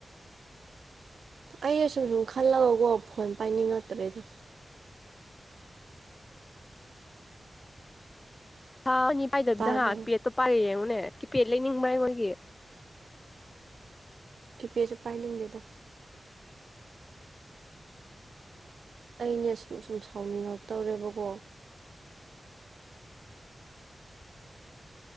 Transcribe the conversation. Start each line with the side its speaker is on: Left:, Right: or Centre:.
Right: ꯑꯩ ꯁꯨꯝ ꯁꯨꯝ ꯈꯜꯂꯒꯀꯣ ꯐꯣꯟ ꯄꯥꯏꯅꯤꯡꯉꯛꯇ꯭ꯔꯦꯗ
Left: ꯊꯥ ꯑꯅꯤ ꯄꯥꯏꯗꯕꯤꯅ
Right: ꯇꯥꯕ꯭ꯔꯣ
Left: ꯍꯥ ꯄꯦꯠꯇꯣ ꯄꯥꯏꯔꯥ ꯌꯦꯡꯉꯨꯅꯦ ꯀꯤꯄꯦꯠ ꯂꯩꯅꯤꯡꯕ꯭ꯔꯥꯏ ꯃꯣꯏꯒꯤ
Right: ꯀꯤꯄꯦꯠꯁꯨ ꯄꯥꯏꯅꯤꯡꯗꯦꯗ ꯑꯩꯅꯦ ꯁꯨꯝ ꯁꯨꯝ ꯁꯥꯎꯅꯤꯡꯉꯛꯇꯧꯔꯦꯕꯀꯣ